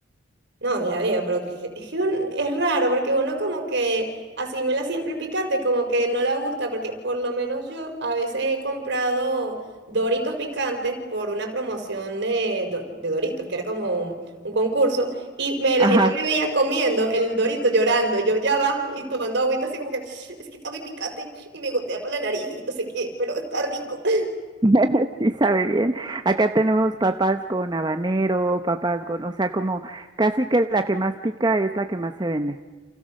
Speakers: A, on the right (about 60°); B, on the right (about 20°).
A: No, ya veo, pero que, es que es que un- es raro porque uno como que asimila siempre el picante, como que no le gusta, porque por lo menos yo a veces he comprado Doritos picantes por una promoción de, Do- de Doritos, que era como un, un concurso, y me, la
B: Ajá,
A: gente me veía comiendo el Dorito llorando, yo ya va, y tomando agüita así como que es que está muy picante y me gotea por la nariz y no sé qué, pero está rico. <laughs>
B: <laughs> sí sabe bien. Acá tenemos papas con habanero, papas con, o sea, como casi que la que más pica es la que más se vende.